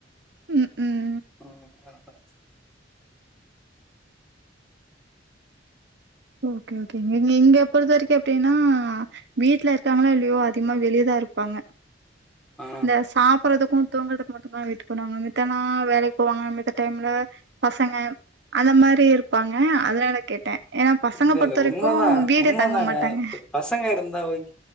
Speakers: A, on the right; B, in the centre.
A: ம் ம்
B: ம்
A: ஓகே ஓகேங்க நீங்க இங்க பொருத்தவரைக்கு எப்டின்னா வீட்லருக்காங்ளோ இல்லயோ அதிகமா வெளியதாருப்பாங்க
B: ஆ
A: இந்த சாப்பறதுக்கு தூங்கறதுக்கு மட்டுந்தா வெயிட் பண்ணுவாங்க மித்தனா வேலைக்கு போவாங்க மித்த டைம்ல பசங்க அந்த மாரி இருப்பாங்க அதனால கேட்டே ஏனா பசங்க
B: இல்ல
A: பொறுத்த
B: இல்ல
A: வரைக்கு
B: உண்மதா
A: வீடு
B: உண்மதாங்க
A: தங்க மாட்டாங்க
B: இப்ப பசங்க இருந்தா ஓகே